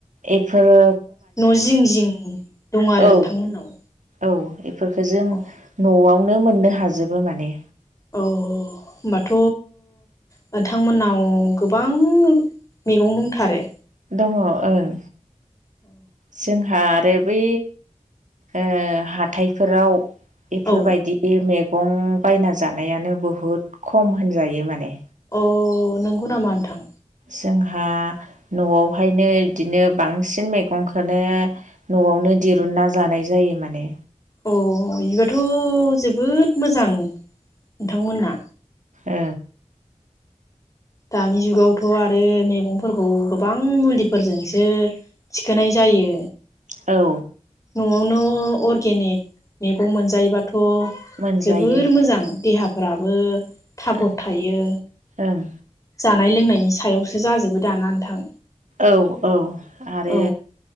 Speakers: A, on the right; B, on the left.
A: एफोरो
B: न' जिं जिं दं आरो
A: औ
B: नोंथांमोननाव।
A: औ एफोरखौ जों
B: अ
A: न'आवनो मोननो हाजोबो माने।
B: औ औ होमबाथ' नोंथांमोननाव गोबां मैगं दंथारो।
A: दङ ओं।
B: अ।
A: जोंहा आरो बै ओ हाथायफोराव बेफोरबायदि
B: औ
A: मैगं बायना जानायानो बुहुद खम होनजायो माने।
B: अ नोंगौ नामा नोंथां।
A: जोंहा न'आवहायनो इदिनो बांसिन मैगंखोनो न'आवनो दिरुनना जानाय जायो माने।
B: औ बिबोथ' जोबोद मोजां नोंथांमोनना।
A: ओ।
B: दानि जुगावथ आरो मैगंफोरखौ गोबां मुलिफोरजोंसो थिखोनाय जा जायो।
A: औ
B: नआवनो अरगेनिक मैगं मोनजायोबाथ
A: मोनजायो
B: जोबोर मोजां देहा फोराबो थागद
A: ओं
B: थायो
A: ओं
B: जानाय लोंनायनि सायावसो जाजोबो दाना नोंथां।
A: औ औ आरो
B: औ